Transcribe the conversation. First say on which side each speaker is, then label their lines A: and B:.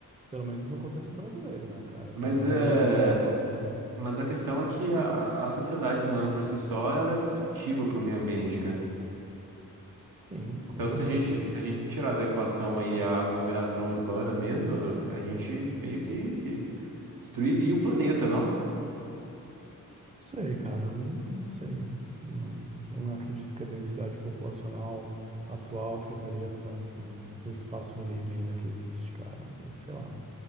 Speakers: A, on the right; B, on the right.
A: pelo menos no contexto brasileiro, né, cara,
B: Mas
A: tem muito
B: é,
A: lugar para ocupar.
B: mas a questão é que a, a sociedade humana por si só, ela é destrutiva para o meio ambiente, né?
A: Sim, com
B: Então,
A: certeza.
B: se a gente, se a gente tirar da equação aí a aglomeração urbana mesmo, a gente meio que destruiria o planeta, não?
A: Sei, cara, eu não sei. Não, não acredito que a densidade populacional atual afetaria tanto o espaço livre ainda que existe, cara. É, Sei lá,